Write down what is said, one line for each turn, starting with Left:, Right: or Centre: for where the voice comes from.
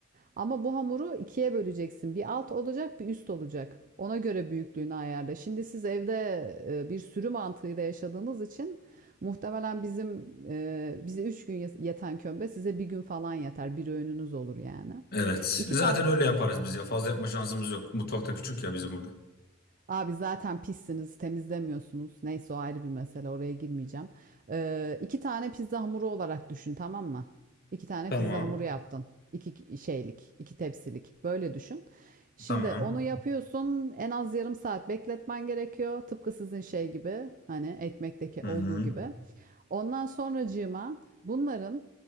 Right: Ama bu hamuru ikiye böleceksin. Bir alt olacak, bir üst olacak. Ona göre büyüklüğünü ayarla. Şimdi siz evde e, bir sürü mantığıyla yaşadığınız için muhtemelen bizim e, bize 3 gün yet- yeten kömbe size bir gün falan yeter. Bir öğününüz olur yani.
Left: Evet.
Right: İki
Left: Zaten
Right: tane
Left: öyle yaparız biz ya. Fazla yapma şansımız yok. Mutfakta küçük ya bizim burada.
Right: Abi zaten pissiniz, temizlemiyorsunuz. Neyse o ayrı bir mesele, oraya girmeyeceğim. Ee, iki tane pizza hamuru olarak düşün, tamam mı? İki tane
Left: Tamam.
Right: pizza hamuru yaptın. İki şeylik, iki tepsilik. Böyle düşün. Şimdi
Left: Tamam.
Right: onu yapıyorsun, en az yarım saat bekletmen gerekiyor. Tıpkı sizin şey gibi, hani ekmekteki
Left: Hı
Right: olduğu
Left: hı.
Right: gibi. Ondan sonracığıma bunların